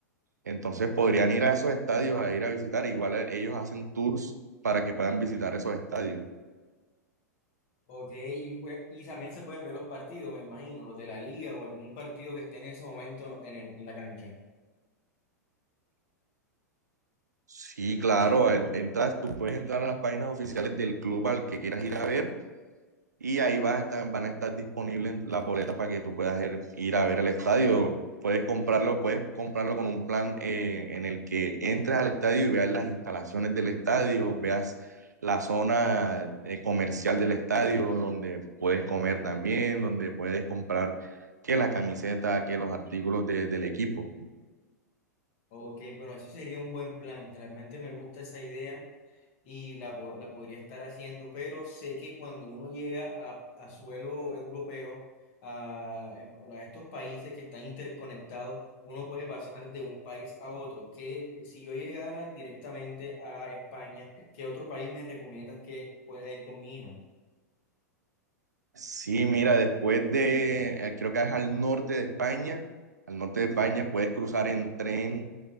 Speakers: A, on the right (about 75°); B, on the left (about 45°).
A: Entonces podrían ir a esos estadios a ir a visitar. Igual eh, ellos hacen tours para que puedan visitar esos estadios.
B: Ok, y, pues- y también se pueden ver los partidos, me imagino, los de la liga o algún partido que esté en ese momento en, el- en la cancha.
A: Sí, claro, en- entras, tú puedes entrar a las páginas oficiales del club al que quieras ir a ver y ahí vas a estar- van a estar disponibles las boletas para que tú puedas ir, ir a ver el estadio. Puedes comprarlo, puedes comprarlo con un plan eh, en el que entres al estadio y veas las instalaciones del estadio, veas la zona eh, comercial del estadio donde puedes comer también, donde puedes comprar que la camiseta, que los artículos de- del equipo.
B: Ok, bueno, eso sería un buen plan. Realmente me gusta esa idea. y la, po- la podría estar haciendo, pero sé que cuando uno llega a, a suelo europeo, a, eh, a estos países que están interconectados, uno puede pasar de un país a otro. Que si yo llegara directamente a España, ¿qué otro país me recomiendas que pueda ir con mi hija?
A: Sí, mira, después de, eh, creo que es al norte de España, al norte de España puedes cruzar en tren,